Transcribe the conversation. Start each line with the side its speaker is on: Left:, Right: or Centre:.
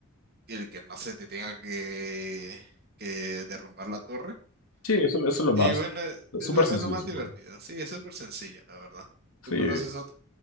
Right: el que no se te tenga que, que derrumbar la torre.
Left: sí, eso, eso es lo más.
Right: Y bueno, es
Left: Es súper
Right: lo,
Left: sencillo
Right: es lo más
Left: ese
Right: divertido.
Left: juego.
Right: Sí, es súper sencillo, la verdad. ¿Tú
Left: Sí,
Right: conoces otro?